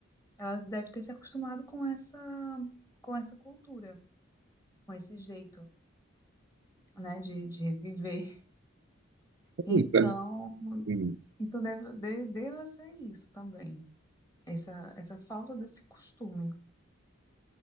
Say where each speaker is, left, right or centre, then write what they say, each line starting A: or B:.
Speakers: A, on the left; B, on the right.
A: Ela deve ter se acostumado com essa com essa cultura, com esse jeito, né, de, de viver. Então,
B: Pois é, Hum.
A: então deve, de- deva ser isso também, essa essa falta desse costume.